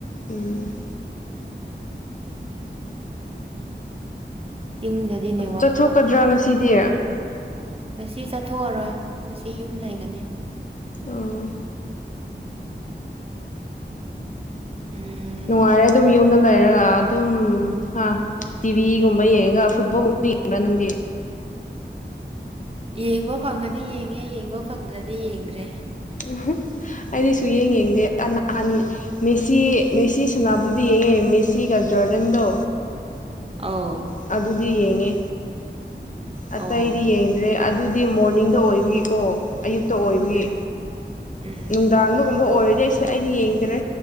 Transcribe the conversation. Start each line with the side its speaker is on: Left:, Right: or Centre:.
Left: ꯎꯝ
Right: ꯆꯤꯡꯗꯗꯤ ꯅꯦꯠꯋꯥꯛ
Left: ꯆꯠꯊꯣꯛꯀꯗ꯭ꯔꯥ
Right: ꯈꯔ
Left: ꯉꯁꯤꯗꯤ
Right: ꯐꯠꯇꯕꯅꯤꯅ ꯉꯁꯤ ꯆꯠꯊꯣꯛꯑꯔꯣꯏ ꯉꯁꯤ ꯌꯨꯝ ꯂꯩꯒꯅꯤ
Left: ꯑꯣ
Right: <unintelligible> ꯎꯝ
Left: ꯅꯨꯡꯉꯥꯏꯔꯦ ꯑꯗꯨꯝ ꯌꯨꯝꯗ ꯂꯩꯔꯒ ꯑꯗꯨꯝ ꯍꯥ ꯇꯤꯚꯤꯒꯨꯝꯕ ꯌꯦꯡꯉꯒ ꯐꯨꯠꯕꯣꯜꯒꯨꯝꯕ ꯌꯦꯡꯕ꯭ꯔꯥ ꯅꯪꯗꯤ
Right: ꯌꯦꯡꯕ ꯐꯪꯉꯗꯤ ꯌꯦꯡꯉꯦ ꯌꯦꯡꯕ ꯐꯪꯗ꯭ꯔꯗꯤ ꯌꯦꯡꯗ꯭ꯔꯦ
Left: ꯎꯝ ꯑꯩꯗꯤ ꯁꯨꯌꯦꯡ ꯌꯦꯡꯗꯦ ꯅꯍꯥꯟ ꯃꯦꯁꯤ ꯃꯦꯁꯤ ꯁꯅꯕꯗꯨꯗꯤ ꯌꯦꯡꯉꯦ ꯃꯦꯁꯤꯒ ꯖꯣꯔꯗꯟꯗꯣ
Right: ꯑꯥꯎ
Left: ꯑꯗꯨꯗꯤ ꯌꯦꯡꯉꯦ ꯑꯇꯩꯗꯤ
Right: ꯑꯣ
Left: ꯌꯦꯡꯗ꯭ꯔꯦ ꯑꯗꯨꯗꯤ ꯃꯣꯔꯅꯤꯡꯗ ꯑꯣꯏꯕꯒꯤꯀꯣ ꯑꯌꯨꯛꯇ ꯑꯣꯏꯕꯒꯤ
Right: ꯎꯝ ꯎꯝ
Left: ꯅꯨꯡꯗꯥꯡꯗꯒꯨꯝꯕ ꯑꯣꯏꯔ ꯑꯗꯨꯗꯤ ꯑꯩ ꯑꯩꯗꯤ ꯌꯦꯡꯗ꯭ꯔꯦ